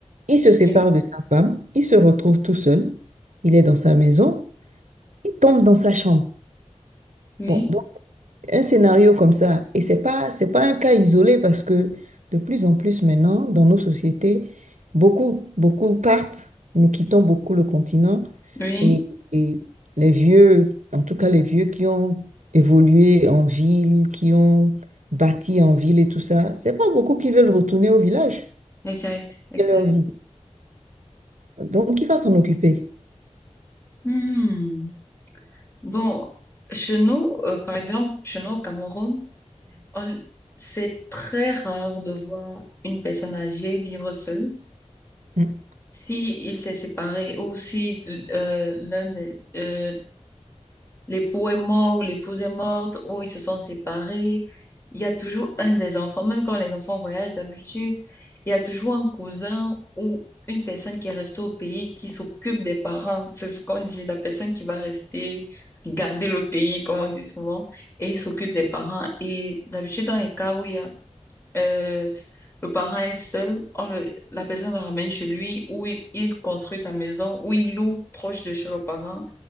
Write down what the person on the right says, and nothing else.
Il se sépare
de sa femme, il se retrouve tout seul, il est dans sa maison, il tombe dans sa chambre.
Bon, un scénario comme ça. Et c'est pas, c'est pas un cas isolé parce que de plus en plus maintenant, dans nos sociétés, beaucoup, beaucoup partent, nous quittons beaucoup le continent
et, et les vieux, en tout cas les vieux qui ont évolué en ville, qui ont bâti en ville et tout ça, c'est pas beaucoup qui veulent retourner au village
et leur vie. Donc, qui va s'en occuper?
Mhm.